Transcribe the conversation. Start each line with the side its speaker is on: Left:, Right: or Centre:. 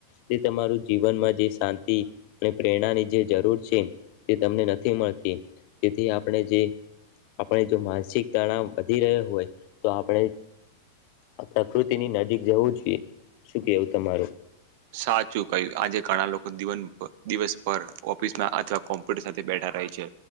Left: તે તમારું જીવનમાં જે શાંતિ અને પ્રેરણાની જે તેથી તણાવ વધી રહ્યો હોય તો આપણે આ પ્રકૃતિ ની નજીક જવું જોઈએ શું કેવું તમારું
Right: સાચું કય આજે ઘણા લોકો દીવન ઉપર દિવસ પર ઓફિસમાં અથવા કોમ્પ્યુટર સાથે બેઠા રહે છે